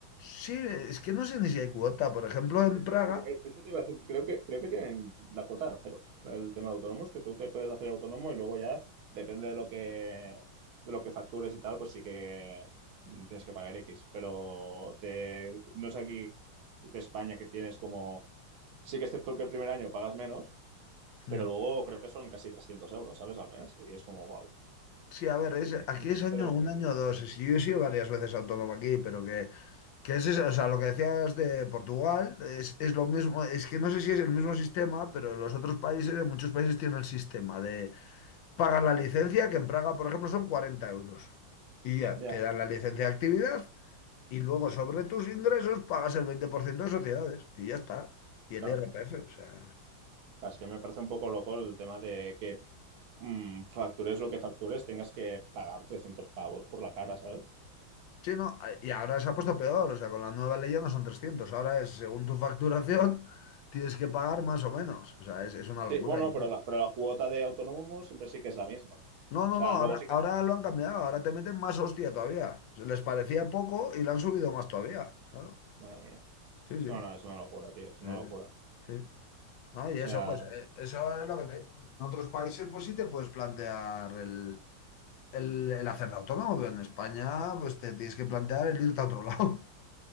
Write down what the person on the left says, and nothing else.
Sí, es que no sé ni si hay cuota, por ejemplo, en
Praga.
hmm,
Sí, a ver, es,
aquí es año
un
año o dos. Sí, yo he sido varias veces autónomo aquí, pero que, que es eso, o sea, lo que decías de Portugal es, es lo mismo. Es que no sé si es el mismo sistema, pero en los otros países, en muchos países tienen el sistema de pagar la licencia, que en Praga, por ejemplo, son 40 euros. Y ya,
te dan la licencia de actividad y luego sobre tus ingresos pagas el 20% de sociedades y ya está. Y el
IRPF, o sea.
Sí, no, eh, y ahora se ha puesto peor, o sea, con la nueva ley ya no son trescientos ahora es según tu <laughs> facturación tienes que pagar más o menos, o sea, es, es una locura
ya.
No, no,
no, ahora,
ahora lo han cambiado, ahora te meten más hostia todavía. Se Les parecía poco y le han subido más todavía, claro.
Sí, sí.
eh,
sí. No,
y
eso, pues, eh, eso es lo que te digo. En otros países, pues sí te puedes plantear el, el, el hacer autónomo, pero en España, pues te tienes que plantear el irte a otro lado.